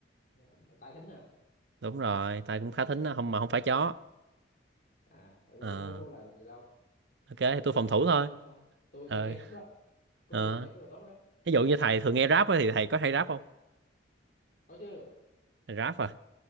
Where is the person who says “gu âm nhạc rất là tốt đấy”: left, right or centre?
Left